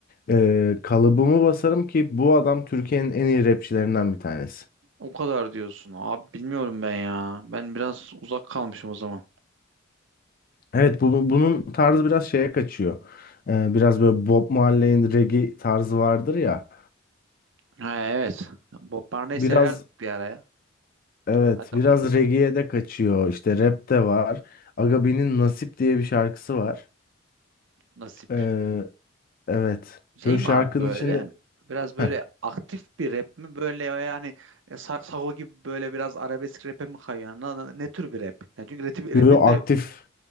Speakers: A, on the left; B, on the right.
A: Ee, kalıbımı basarım ki bu adam Türkiye'nin en iyi rapçilerinden bir tanesi.
B: O kadar diyorsun. Abi bilmiyorum ben ya. Ben biraz uzak kalmışım o zaman.
A: Evet bu, bu- bunun tarzı biraz şeye kaçıyor. Ee, biraz böyle Bob Marley'in reggae tarzı vardır ya.
B: Ha evet. Bob Marley
A: Biraz
B: severdik bir ara ya.
A: evet
B: Ha tabii.
A: biraz reggae'ye de kaçıyor. İşte rap de var. Agabi'nin Nasip diye bir şarkısı var.
B: Nasip.
A: Ee, evet.
B: Şey
A: Böyle
B: mi
A: şarkının
B: abi böyle?
A: içinde
B: Biraz böyle
A: Heh,
B: aktif bir rap mi? Böyle yani e, Sa- Sago gibi böyle biraz arabesk rap'e mi kayıyor? Ne, ne- ne tür bir rap? Yani çünkü rap,
A: yo
B: rap'in
A: yo aktif.
B: de